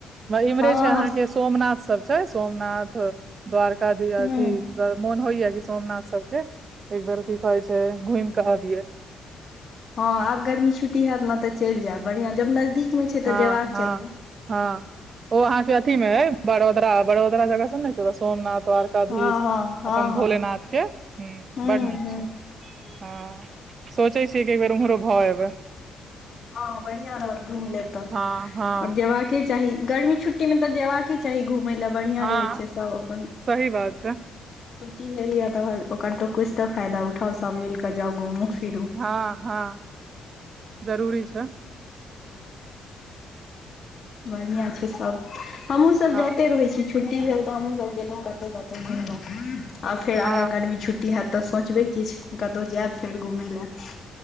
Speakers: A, on the right; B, on the left.
A: इम्हरे
B: हँ हँ
A: अहाँ सोमनाथ सब छै सोमनाथ द्वारकाधी
B: हूं
A: अथी मोन होइया कि सोमनाथ सबके एकबेर की कहै छै घूम केऽ अबिये
B: हँ आब गर्मी छुट्टी हैतत ने तऽ चल जायब बढ़ियां जब नजदीक मे छै
A: हँ
B: तऽ जेबाक
A: हँ
B: चाही
A: हँ ओ अहाँ के अथी में है बड़ोदरा बड़ोदरा जगह सब ने छै सोमनाथ व एकाधीश
B: हँ हँ हँ
A: अपन भोलेनाथ
B: हँ
A: के हूं
B: हूं
A: बड़ नीक
B: हूं
A: छै हँ सोचे छियै एक बेेर उम्हरो भ एबै
B: हँ बढ़िया रहत घूमि लेब तऽ
A: हँ हँ
B: और जेबाके चाही गर्मी छुट्टी में तऽ जेयबाक चाही घुमै लए बढ़िआं
A: हँ
B: रहै छै सब अपन
A: सही बात छै
B: छुट्टी भेल य त ओकर तो कुछ ते फायदा उठाउ सब मिल कऽ जाउ घुमू फिरु
A: हँ हँ जरूरी छै
B: बढ़िया छै सब हमहुँ सब
A: हँ
B: जाइते रहै छी छुट्टी भेल तऽ हमहुं सब गेलों कतौ कतौ घुमलो आ फेर
A: हँ
B: आगा गर्मी छुट होयत तऽ सोंचबै किछु कतौ जायब फेर घुमय लए